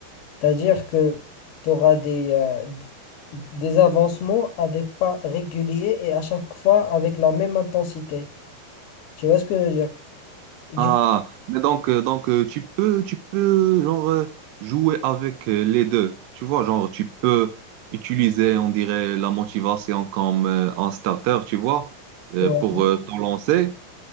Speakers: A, on the left; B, on the right.
A: C'est-à-dire que tu auras des, euh, d- des avancements à des pas réguliers et à chaque fois avec la même intensité. Tu vois ce que je veux dire? Du
B: Ah, mais donc, euh, donc euh, tu peux, tu peux, genre, euh, jouer avec euh, les deux, tu vois? Genre, tu peux utiliser, on dirait, la motivation comme euh, un starter, tu vois, euh,
A: Ouais,
B: pour euh, te lancer.